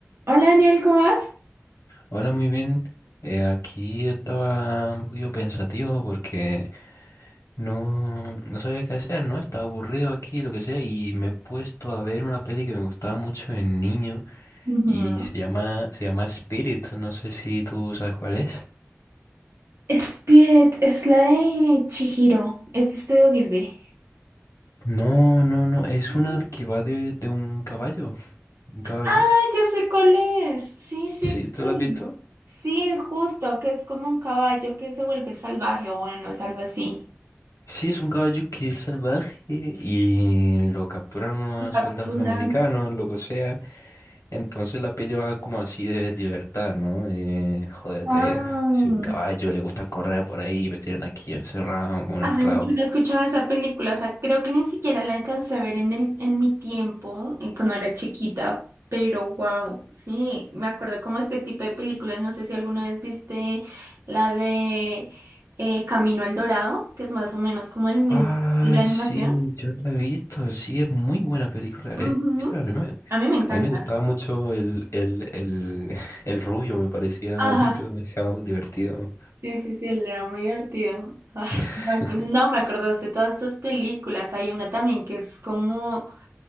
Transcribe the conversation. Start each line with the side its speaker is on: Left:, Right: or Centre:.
Right: Hola Daniel, ¿cómo vas?
Left: Hola, muy bien. Eh, aquí estaba un poquito pensativo porque no, no sabía qué hacer, ¿no? Estaba aburrido aquí, lo que sea, y me he puesto a ver una peli que me gustaba mucho de niño
Right: Ujú.
Left: y se llama, se llama Spirit. No sé si tú sabes cuál es.
Right: Spirit es la de Chihiro, es de Estudio Gilby.
Left: No, no, no, es
Right: No.
Left: una que va de, de un caballo. Un caballo.
Right: Ah, ya sé cuál es. Sí, sí,
Left: Sí,
Right: sí.
Left: ¿tú lo has visto?
Right: Sí, justo, que es como un caballo que se vuelve salvaje o bueno, es algo así.
Left: Sí, es un caballo que es salvaje y lo capturan unos
Right: Lo Capturan.
Left: soldados americanos, lo que sea. Entonces la peli va como así de libertad, ¿no? De, joder,
Right: Ah.
Left: de, si un caballo le gusta correr por ahí, me tienen aquí encerrado como un
Right: Hace
Left: esclavo.
Right: mucho no escuchaba esa película, o sea, creo que ni siquiera la alcancé a ver en el, en mi tiempo, eh, cuando era chiquita, pero wow, sí, me acuerdo como este tipo de películas, no sé si alguna vez viste la de eh, Camino al Dorado, que es más o menos como el mismo
Left: Ah,
Right: estilo de animación.
Left: sí, yo la he visto, sí, es muy buena película esa.
Right: Ujú.
Left: A mí me, a
Right: A mí me encanta.
Left: mí me gustaba mucho el, el, el, <laughs> el rubio, me parecía
Right: Ajá.
Left: <laughs> un tío demasiado divertido.
Right: Sí, sí, sí, era muy divertido. Ah,
Left: <laughs>
Right: no, no me acordaste de todas estas películas, hay una también que es como...